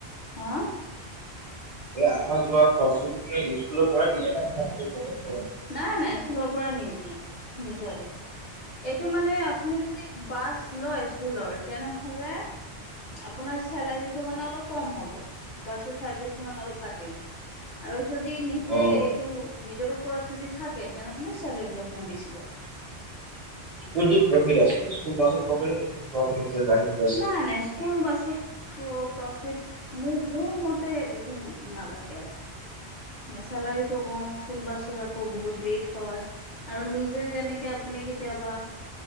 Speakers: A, on the left; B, on the right.
A: হা?
B: এই আহা যোৱা খৰচটো কোনে দিয়ে স্কুলৰ পৰা দিয়ে নাই কিবা নিজ <unintelligible>
A: নাই নাই স্কুলৰ পৰা নিদিয়ে নিজৰে, এইটো মানে আপুনি যদি বাছ লয় স্কুলৰ তেনেহলে আপোনাৰ চেলাৰীটো অলপ কম হব বাছৰ চৰ্বিৰ কিমান অলপ কাটি লয়, আৰু যদি নিজে
B: অ',
A: এইটো নিজৰো যদি থাকে তেনেহলে চালাৰিটো আপোনাৰ বেছি পাব।
B: কোনটো প্ৰফিট আছে স্কুল বাছত প্ৰফিট <unintelligible> আছে।
A: নাই নাই স্কুল বাছত প্ৰ-প্ৰফিট মো-মোৰ মতে টো নালাগে আৰু চেলাৰীটো কম স্কুল বাছত আকৌ বহুত লেট হয় আৰু নিজে যেনেকে আপুনি কেতিয়াবা